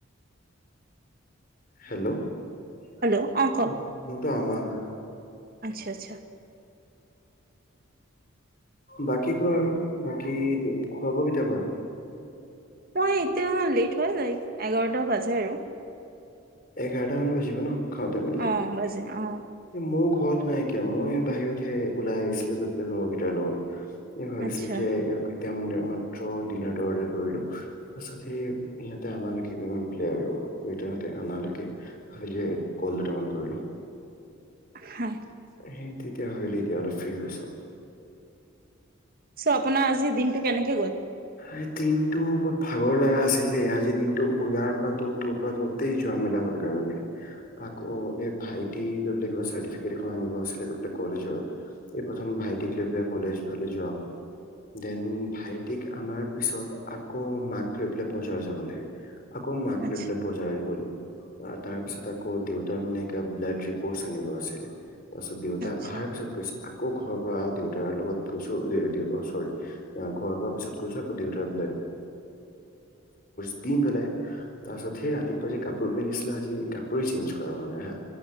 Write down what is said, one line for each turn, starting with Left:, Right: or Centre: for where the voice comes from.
Left: হেল্ল' মোৰটো
Right: হেল্ল' অ কওক
Left: আমান । <inaudible>
Right: আচ্ছা আচ্ছা ।
Left: বাকী কোৱা আৰু বাকী খুৱা বোৱা কেতিয়া কৰা।
Right: মই এতিয়া লেট হয় এঘাৰটা বাজে আৰু।
Left: এঘাৰটা মান বজিব ন। খাওতে মেলোতে
Right: অ বাজে অ
Left: এই মুঘত নাইকিয়া মই বাহিৰতহে ওলাই আহিছিলো তাক লগৰ কেইটাৰ লগত এই ভাবিছিলো
Right: আচ্ছা
Left: যে। এতিয়া ম মাত্ৰ ডিনাৰটো অৰ্ডাৰ কৰিলোঁ তাৰপছত সেই ইহঁতে আনালৈকে গ গৈ পেলাই আৰু নালকে আলিয়ে কল দুটা মান কৰিলোঁ
Right: হ
Left: সেই তেতিয়া হ এতিয়া অলপ ফ্ৰী হৈছোঁ ।
Right: চ আপোনাৰ আজি দিনটো। কেনেকে গ'ল
Left: এই দিনটো ভাগৰ লগা আছিল দেই আজিৰ দিনটো ইয়াৰ পৰা ত তোৰ পৰা ততেই যোৱা মেলা হলগৈ গৈ পেলাই আকৌ এ ভাইটিৰ গৈ পাই কিবা চাৰ্টিফিকেট এখন আনিব আছিলে গৈ পাই কলেজৰ এই প্ৰথম ভাইটিক লৈ পেলাই কলেজ ফালে যোৱা হল দেন ভাইট তিক অনাৰ পিছত আকৌ মাক লৈ পেলাই বজাৰ যাবলৈ। আকৌ মাক
Right: আচ্ছা
Left: লই পেলে বজাৰ গলো। তাৰ পিছত আকৌ দেউতাৰ মানে এ ব্লাড ৰিপৰ্ট আনিব আছিলে। তাৰ পিছত দেউতাই
Right: আচ্ছা
Left: অহাৰ পিছত কৈছে। আকৌ ঘৰ পৰা দেউতাৰ লগত গৈছো যে অ চৰি ঘৰ পৰা দেউতাৰ <unintelligible> দি পেলাই তাৰ পিছত সেই ৰাতিপুৱা যে কাপোৰ পিন্ধিছিলো আজি কাপোই চেঞ্জ কৰা হ নাই হা